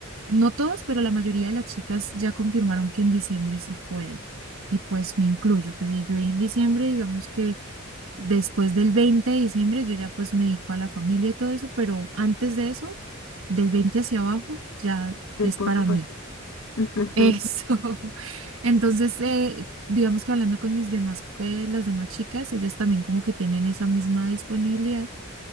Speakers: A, on the right; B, on the left.
A: no todas, pero la mayoría de las chicas ya confirmaron que en diciembre sí pueden. Y pues me incluyo, pues y yo en diciembre, digamos que después del 20 de diciembre, yo ya pues me dedico a la familia y todo eso, pero antes de eso, del 20 hacia abajo, ya
B: del
A: es
B: pueblo
A: para
B: para
A: mí.
B: el pueblo. <laughs>
A: Eso. <laughs> Entonces, eh, digamos que hablando con mis demás, eh, las demás chicas, ellas también como que tienen esa misma disponibilidad.